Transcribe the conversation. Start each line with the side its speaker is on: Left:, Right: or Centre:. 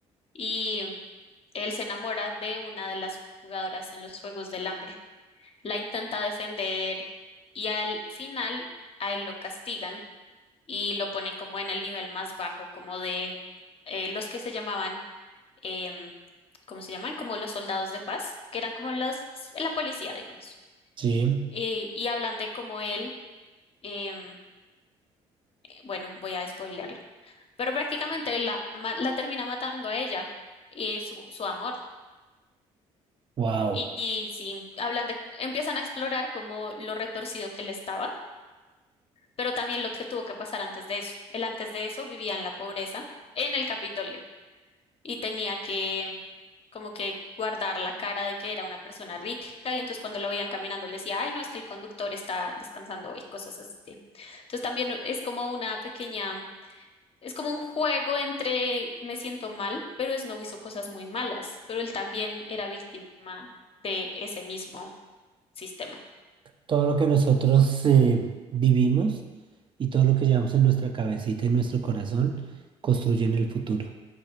Left: y él se enamora de una de las jugadoras en los Juegos del Hambre. La intenta defender y al final a él lo castigan y lo ponen como en el nivel más bajo, como de eh, los que se llamaban, em, ¿cómo se llaman? Como los soldados de paz, que eran como los, la policía, digamos.
Right: Sí,
Left: Y, y hablan de cómo él, em, bueno, voy a spoilearlo, pero prácticamente él la ma- la termina matando a ella y su, su amor.
Right: Wow,
Left: Y, y sí, hablan de, empiezan a explorar como lo retorcido que él estaba, pero también lo que tuvo que pasar antes de eso. Él antes de eso vivía en la pobreza, en el Capitolio, y tenía que como que guardar la cara de que era una persona rica, y entonces cuando lo veían caminando, él decía, ay, no, es que el conductor está descansando hoy, cosas así. Entonces también es como una pequeña, es como un juego entre me siento mal, pero Snow hizo cosas muy malas, pero él también era víctima de ese mismo sistema.
Right: todo lo que nosotros eh, vivimos y todo lo que llevamos en nuestra cabecita y nuestro corazón construyen el futuro.